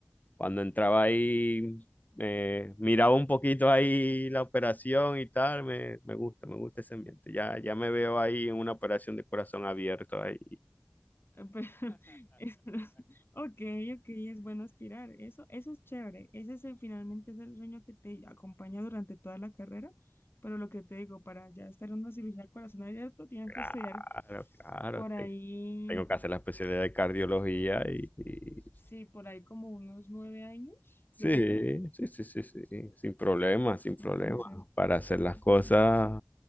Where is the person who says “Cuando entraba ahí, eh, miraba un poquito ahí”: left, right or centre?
Left